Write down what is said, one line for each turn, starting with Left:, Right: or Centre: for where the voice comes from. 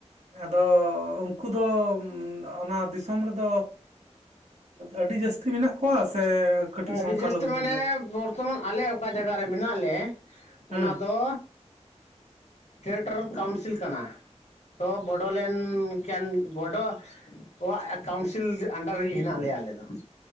Right: ᱟᱫᱚ ᱩᱱᱠᱩ ᱫᱚ ᱚᱱᱟ ᱫᱤᱥᱚᱢ ᱨᱮᱫᱚ ᱟᱹᱰᱤ ᱡᱟᱹᱥᱛᱤ ᱢᱮᱱᱟᱜ ᱠᱚᱣᱟ ᱥᱮ ᱠᱟᱹᱴᱤᱡ
Left: ᱟᱹᱰᱤ
Right: ᱥᱚᱝᱠᱷᱟ
Left: ᱡᱟᱹᱥᱛᱤ
Right: ᱞᱩᱜᱩ
Left: ᱢᱟᱱᱮ
Right: ᱧᱚᱜ ᱜᱮᱭᱟ?
Left: ᱵᱚᱨᱛᱚᱢᱟᱱ ᱟᱞᱮ ᱚᱠᱟ ᱡᱟᱹᱭᱜᱟ ᱨᱮ ᱢᱮᱱᱟᱜ ᱞᱮ,
Right: ᱦᱩᱸ
Left: ᱚᱱᱟ ᱫᱚ ᱛᱷᱤᱭᱮᱴᱟᱨ ᱠᱟᱣᱩᱱᱥᱤᱞ ᱠᱟᱱᱟ᱾ ᱛᱚ ᱵᱚᱰᱚ ᱞᱮᱱ ᱠᱮᱱ, ᱵᱚᱰᱚ ᱠᱚᱣᱟᱜ ᱠᱟᱣᱩᱱᱥᱤᱞ ᱟᱱᱰᱟᱨ ᱨᱮᱜᱮ ᱦᱮᱱᱟᱜ ᱞᱮᱭᱟ, ᱟᱞᱮ ᱫᱚ᱾